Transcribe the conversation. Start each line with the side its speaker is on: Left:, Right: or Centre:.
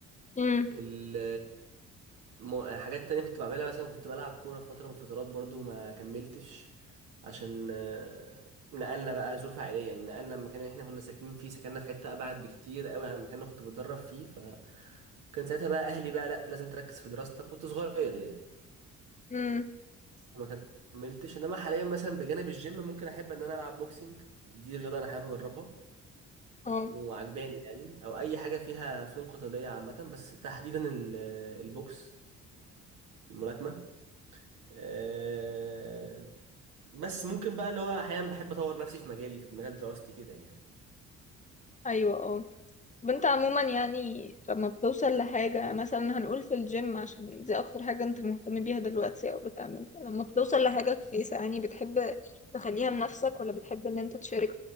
Left: امم
Right: ال م- حاجات تانية كنت بعملها مثلا كنت بلعب كورة في فترة من الفترات برضو ما كملتش عشان آه، نقلنا بقى ظروف عائلية يعني نقلنا المكان اللي احنا كنا ساكنين فيه سكننا في حتة أبعد بكتير قوي عن المكان اللي كنت بتدرب فيه كان ساعتها بقى اهلي بقى لا لازم تركز في دراستك كنت صغير يعني
Left: امم
Right: ما كملتش انما حاليا مثلا بجانب الجيم ممكن احب ان انا العب بوكسنج دي رياضه انا حابب اجربها
Left: اه
Right: وعجباني يعني او اي حاجه فيها فنون قتاليه عامه بس تحديدا ال- البوكس الملاكمه أه بس ممكن بقى اللي هو احيانا بحب اطور نفسي في مجالي في مجال دراستي كده يعني
Left: ايوه اه طب انت عموما يعني لما بتوصل لحاجة مثلا هنقول في الجيم عشان دي أكتر حاجة انت مهتم بيها دلوقتي أو بتعملها لما بتوصل لحاجة كويسة يعني بتحب تخليها لنفسك ولا بتحب ان انت تشارك